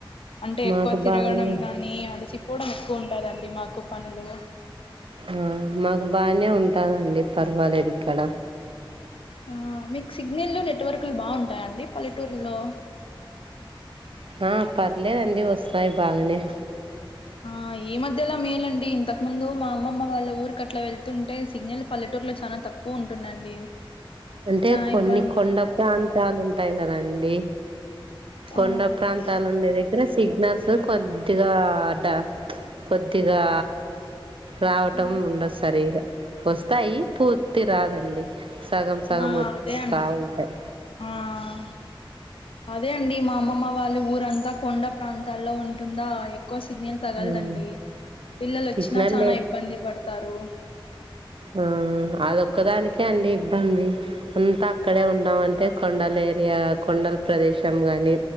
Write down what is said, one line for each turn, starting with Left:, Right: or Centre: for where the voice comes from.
Left: అంటే
Right: మాకు
Left: ఎక్కువ తిరగడం
Right: బానే
Left: గాని అలసిపోవడం ఎక్కువ ఉంటదండి మాకు పనులు
Right: ఆ మాకు బానే ఉంటాందండి పర్వాలేదు ఇక్కడ
Left: ఆ మీకు సిగ్నల్ నెట్వర్కులు బాగుంటాయండి పల్లెటూరులో
Right: ఆ పర్లేదండి వస్తాయి బాగానే
Left: ఆ ఈ మధ్యలోలా మేలండి ఇంతకు ముందు మా అమ్మమ్మ వాళ్ళ ఊరికి అలా వెళ్తుంటే సిగ్నల్ పల్లెటూరులో చాలా తక్కువ ఉంటుందండి
Right: అంటే
Left: చాలా
Right: కొన్ని
Left: ఇబ్బంది
Right: కొండ ప్రాంతాలు ఉంటాయి కదాండి కొండ
Left: ఆ అవునండి
Right: ప్రాంతాలు ఉండే దగ్గర సిగ్నల్స్ కొద్దిగా అడ కొద్దిగా రావటం
Left: ఆ
Right: ఉండదు సరిగా వస్తాయి పూర్తి రాదండి సగం సగం
Left: ఆ
Right: వాస్త
Left: అదే అండి
Right: ఉంటాయి
Left: ఆ అదే అండి మా అమ్మమ్మ వాళ్ళు ఊరంతా కొండ ప్రాంతాల్లో ఉంటుందా ఎక్కువ సిగ్నల్ తగలదండి
Right: ఉమ్
Left: పిల్లలు
Right: సిగ్నల్
Left: ఒచ్చినా చాన
Right: లే
Left: ఇబ్బంది పడతారు
Right: ఆ అ ఒక్కదానికే అండి ఇబ్బంది అంతా అక్కడే ఉండమంటె కొండలేరి ఆ కొండల ప్రదేశం గాని